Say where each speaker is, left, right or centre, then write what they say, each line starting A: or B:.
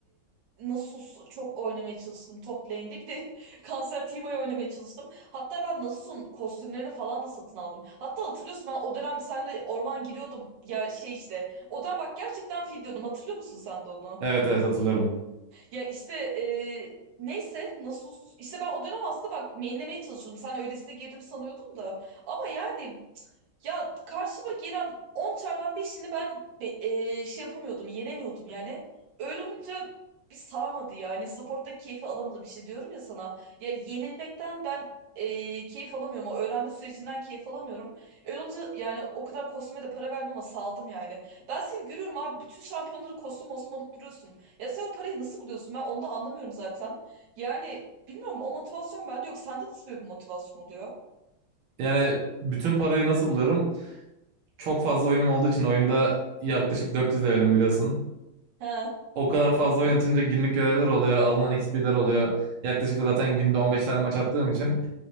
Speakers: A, on the right; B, on the right.
A: Nasus çok oynamaya çalıştım top lane'de. Bir de <laughs> Kanser Teemo'yu oynamaya çalıştım. Hatta ben Nasus'un kostümlerini falan da satın aldım. Hatta hatırlıyorsun ben o dönem senle orman giriyordum. Ya şey işte. O dönem bak gerçekten fil diyordum. Hatırlıyor musun sen de onu?
B: Evet evet hatırlıyorum.
A: Ya işte e, neyse nasıl işte ben o dönem aslında bak mainlemeye çalışıyordum. Sen öylesine girdim sanıyordum da. Ama yani ya karşıma gelen 10 çardan 5'ini ben be- e, şey yapamıyordum, yenemiyordum yani. Öyle olunca bir sağmadı yani. Support'ta keyfi alamadım işte diyorum ya sana. Ya yenilmekten ben e, keyif alamıyorum. O öğrenme sürecinden keyif alamıyorum. Öyle olunca yani o kadar kostüme de para vermem ama saldım yani. Ben seni görüyorum abi bütün şampiyonları kostüm mostum alıp duruyorsun. Ya sen o parayı nasıl buluyorsun? Ben onu da anlamıyorum zaten. Yani bilmiyorum o motivasyon bende yok. Sende nasıl böyle bir motivasyon oluyor?
B: Yani bütün parayı nasıl buluyorum? Çok fazla oyunum olduğu için oyunda yaklaşık 400 levelim biliyorsun.
A: He.
B: O kadar fazla oynatınca günlük görevler oluyor, alınan XP'ler oluyor. Yaklaşık da zaten günde 15 tane maç attığım için